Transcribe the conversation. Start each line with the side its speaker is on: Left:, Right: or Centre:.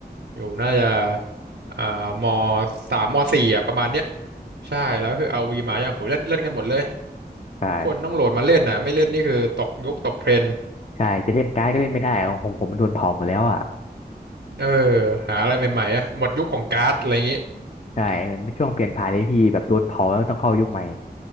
Right: อยู่น่าจะอ่ามสามมสี่อ่ะประมาณเนี้ยใช่แล้วคือเอาวีมาอย่างโหเล่นเล่นกันหมดเลย
Left: ใช่
Right: ทุกคนต้องโหลดมาเล่นนะไม่เล่นนี่คือตกยุคตกเทรนด์
Left: ใช่จะเล่นการ์ดก็เล่นไม่ได้ของผมผมมันโดนเผาหมดแล้วอ่ะ
Right: เออหาอะไรใหม่ๆอ่ะหมดยุคของการ์ดอะไรอย่างงี้
Left: ใช่เหมือนเป็นช่วงเปลี่ยนผ่านเลยพี่แบบโดนเผาแล้วต้องเข้ายุคใหม่